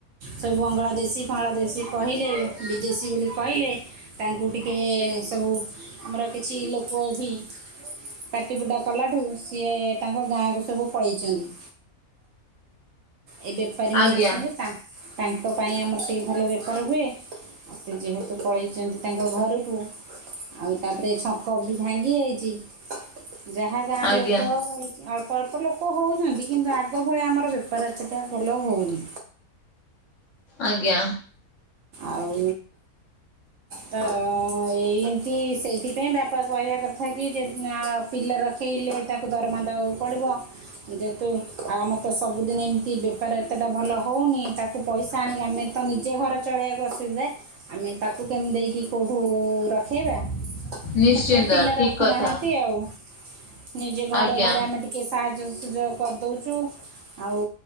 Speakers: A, on the right; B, on the left.
A: ସବୁ ବଙ୍ଗଳାଦେଶୀ ଫଙ୍ଗଳାଦେଶୀ କହିଲେ ବିଦେଶୀ ବୋଲି କହିଲେ। ତାଙ୍କୁ ଟିକେ ସବୁ ଆମର କିଛି ଲୋକ ଭି ପାଟିପୁଟା କଲାଠୁ ସିଏ ତାଙ୍କ ଗାଁକୁ ସବୁ ପଳେଇଚନ୍ତି। ଏ ବେପାରୀମାନେ
B: ଆଜ୍ଞା ଆଜ୍ଞା
A: ଆସନ୍ତି ତା ତାଙ୍କ ପାଇଁ ଆମର ଟିକେ ଭଲ ବେପାର ହୁଏ। ସେ ଯେହେତୁ ପଳେଇଚନ୍ତି ତାଙ୍କ ଘରୁକୁ। ଆଉ ତାପରେ ଛକ ବି ଭାଙ୍ଗି ଆଇଛି ଯାହା ଗାଁ
B: ଆଜ୍ଞା
A: ଲୋକ ହେ ଳ୍ପ ଅଳ୍ପ ଲୋକ ହୋଉଚନ୍ତି କିନ୍ତୁ ଆଗ ଭଳିଆ ଆମର ବେପାର ଏତେଟା ଭଲ ହୋଉନି।
B: ଆଜ୍ଞା
A: ଆଉ ତ ଏଇ ଚି ସେଇଥିପାଇଁ ବାପା କହିବା କଥା କି ଯେ ଆଁ ପିଲା ରଖେଇଲେ ତାକୁ ଦରମା ଦବାକୁ ପଡ଼ିବ। ଯେତୁ ଆମର ତ ସବୁଦିନ ଏମିତି ବେପାର ଏତେଟା ଭଲ ହୋଉନି ତାକୁ କୁ ପଇସା ଆଣିକି ଆମେ ତ ନିଜେ ଘର ଚଳେଇବାକୁ ଅସୁବିଧା ଆମେ ତାକୁ କେମିତି ଦେଇକି କଉଠୁ ରଖେଇବା।
B: ନିଶ୍ଚିନ୍ତ
A: ହେଥିପାଇଁ ପିଲା
B: ଠିକ
A: ରଖୁନାହାନ୍ତି
B: କଥା
A: ଆଉ। ନିଜେ ଘରେ
B: ଆଜ୍ଞା
A: ଘରେ ଆମେ ଟିକେ ସାହାଯ୍ୟ ସୁଯୋଗ କରଦଉଚୁ। ଆଉ